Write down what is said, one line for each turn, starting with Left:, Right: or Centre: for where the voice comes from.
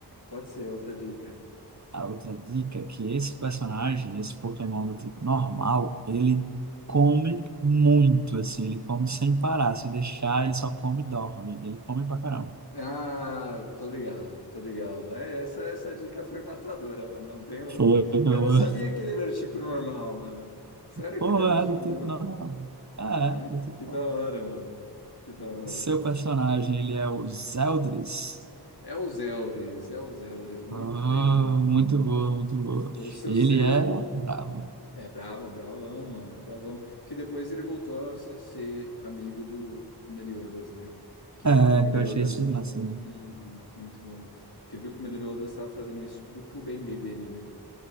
Left: pode ser outra dica.
Right: A outra dica é que esse personagem, esse Pokémon do tipo normal, ele come muito, assim, ele come sem parar. Se deixar, ele só come e dorme. Ele come pra caramba.
Left: Ah, tô ligado, tô ligado. É, essa, essa dica foi matadora, mano. Não tem outra.
Right: Foi, meu.
Left: Eu não sabia que ele era do tipo normal, mano. Sério
Right: Pô,
Left: que ele era
Right: é
Left: do tipo
Right: do
Left: normal?
Right: tipo normal. É,
Left: Ah,
Right: do tipo.
Left: que da hora, mano. Que da hora.
Right: Seu personagem, ele é o Zeldris.
Left: É os Eldris, é os Eldris, muito
Right: Oh,
Left: bem.
Right: muito boa, muito boa.
Left: O seu
Right: Ele
Left: seria.
Right: é bravo.
Left: É bravo, bravão, mano. Bravão. Que depois ele voltou a ser ser amigo do, do Meliodas, né? Que
Right: É,
Left: viu que o Meliodas.
Right: que eu achei isso massa, né?
Left: Uhum, muito bom. Que viu que o Meliodas estava fazendo isso tudo pro bem dele, né?